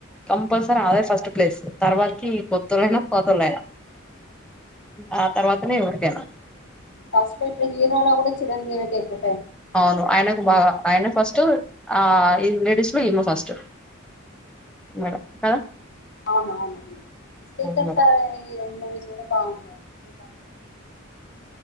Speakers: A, in the centre; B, on the left.
A: కంపల్స రామేదే ఫస్ట్ ప్లేస్ తర్వాతకి కొత్తోళ్ళైనా పాతోళ్ళైనా ఆ తర్వాతనే ఎవరికైనా
B: ఫస్ట్ ఇప్పుడు హీరోలో కూడా చిరంజీవికి ఎక్కు
A: అవును ఆయనకు బాగా ఆయన ఫస్ట్ ఆ ఇ లేడీస్ లో ఇమే ఫస్ట్ మేడం కా
B: అవున అవునుశ్రీకాంత్
A: అవును మేడం.
B: సార్ హీరో బాగుంటారు శ్రీకాంత్